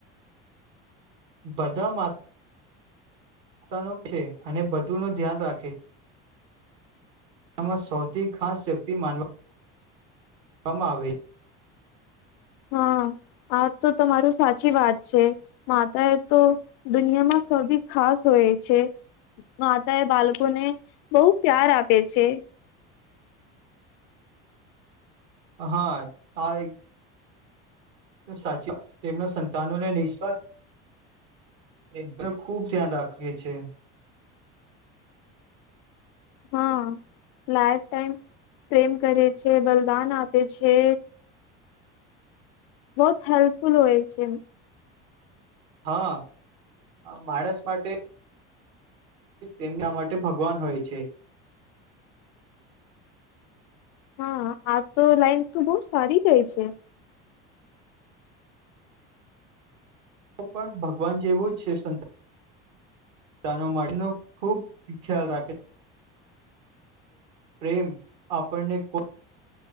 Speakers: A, on the right (about 75°); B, on the left (about 75°).
A: બધા મા ન છે, અને બધું નું ધ્યાન રાખે એમાં સૌથી ખાસ શક્તિ માન વામાં આવે છે.
B: હા આ તો તમારુ સાચી વાત છે. માતાએ તો દુનિયામાં સૌથી ખાસ હોય છે. માતા એ બાળકોને બહુ પ્યાર આપે છે.
A: હા સાર તો સાચી તેમના સંતાનોને નિઃસ્વાર્થ એ ખુબ ધ્યાન રાખીએ છીએ.
B: હા લાઈફ ટાઈમ પ્રેમ કરે છે, બલિદાન આપે છે. બહત હેલ્પફુલ હોય છે.
A: હા માણસ માટે તેમના માટે ભગવાન હોય છે.
B: હા આ તો લાઈન તો બહુ સારી ગઈ છે.
A: તો પણ ભગવાન જેવું જ છે, સંંત નો માટે ન ખુબ ખ્યાલ રાખે પ્રેમ આપણને કોઈ